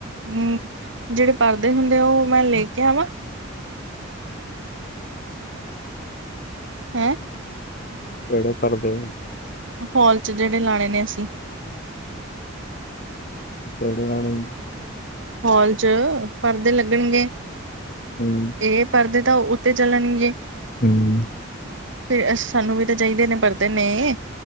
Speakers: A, on the right; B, on the left.
A: ਮ ਜੇੜੇ ਪੜਦੇ ਹੁੰਦੇ ਆ, ਓ ਮੈਂ ਲੇ ਕੇ ਆਵਾਂ। ਹੈਂ।
B: ਕੇੜੇ ਪਰਦੇ?
A: ਹੋਲ ਚ ਜੇੜੇ ਲਾਣੇ ਨੇ ਅਸੀਂ।
B: ਕੇੜੇ ਲਾਨੇ ਈ।
A: ਹਾਲ ਚ ਪਰਦੇ ਲੱਗਣਗੇ
B: ਹੂੰ
A: ਏ ਪਰਦੇ ਤਾਂ ਉ ਤੇ ਚੱਲਣਗੇ।
B: ਹੂੰ।
A: ਫਿਰ ਅ ਸਾਨੂੰ ਵੀ ਤਾਂ ਚਾਈਦੇ ਨੇ ਪਰਦੇ ਨੇ।